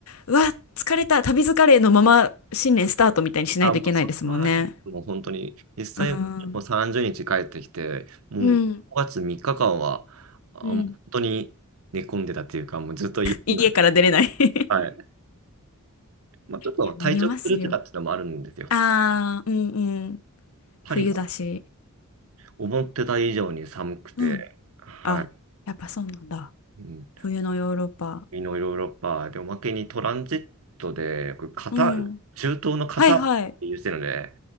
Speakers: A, on the left; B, on the right.
A: うわ、疲れた、旅疲れのまま新年スタートみたいにしないといけないですもんね。
B: あ、もうそれはあります。もう本当に、実際、
A: うん。
B: もう30日帰ってきて、もう5月3日間は、
A: うん、
B: あ、
A: うん。
B: もう本当に寝込んでたっていうか、もうずっと家には、
A: 家から出れない <laughs> い
B: はい。まあ、ちょっと体調崩してたっていうのもあるんですよ。
A: や、なりますよ。ああ、うんうん。
B: パリが
A: 冬だし。
B: 思ってた以上に寒くて、
A: うん。
B: はい。
A: あ、やっぱそうなんだ。
B: うん、
A: 冬のヨーロッパ。
B: 南のヨーロッパで、おまけにトランジットで、僕カタール、
A: うん。
B: 中東のカタールっていうしてるので、
A: はいはい。